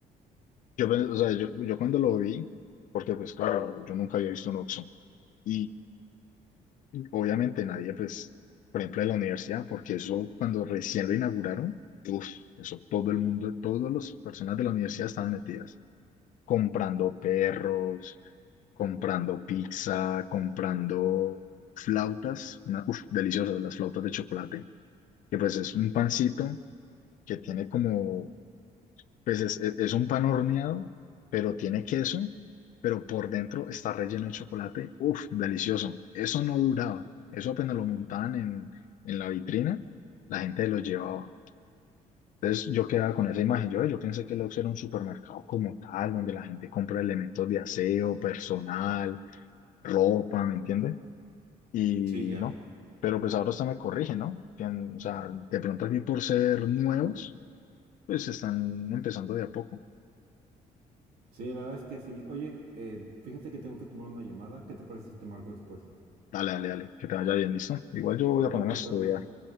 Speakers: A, on the left; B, on the right.
A: yo pe- o sea, yo, yo cuando lo vi, porque pues claro, yo nunca había visto un Oxxo. Y obviamente nadie, pues, por ejemplo, de la universidad, porque eso cuando recién lo inauguraron, uf, eso todo el mundo, todas las personas de la universidad estaban metidas. comprando perros, comprando pizza, comprando flautas, una, uf, deliciosas las flautas de chocolate, que pues es un pancito que tiene como, pues es, es- es un pan horneado, pero tiene queso, pero por dentro está relleno de chocolate, uf, delicioso. Eso no duraba, eso apenas lo montaban en, en la vitrina, la gente lo llevaba. Entonces yo quedaba con esa imagen. Yo, yo pensé que Lux era un supermercado como tal, donde la gente compra elementos de aseo, personal, ropa, ¿me entiendes? Y
B: Sí, ya.
A: no. Pero pues ahora usted me corrige, ¿no? Tien- o sea, de pronto aquí por ser nuevos, pues están empezando de a poco.
B: Sí, la verdad es que sí. Oye, eh, fíjate que tengo que tomar una llamada. ¿Qué te parece si te marco después?
A: Dale, dale, dale, que te vaya bien, ¿listo? Igual yo voy
B: Cuídate,
A: a ponerme a estudiar,
B: Carlos.